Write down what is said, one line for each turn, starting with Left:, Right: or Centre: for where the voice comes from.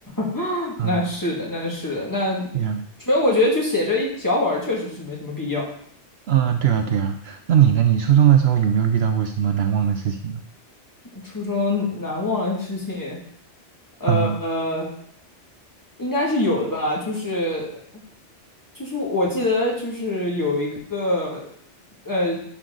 Left: <sucks teeth>
Right: 嗯、
Left: 那是的，那是的，那
Right: 对呀、
Left: 主要我觉得就写这一小会儿确实是没什么必要。
Right: 嗯、对啊，对啊。那你呢？你初中的时候有没有遇到过什么难忘的事情呢？
Left: 我初中难忘的事情，呃呃，
Right: 嗯、
Left: 应该是有的吧，就是就是我记得就是有一个呃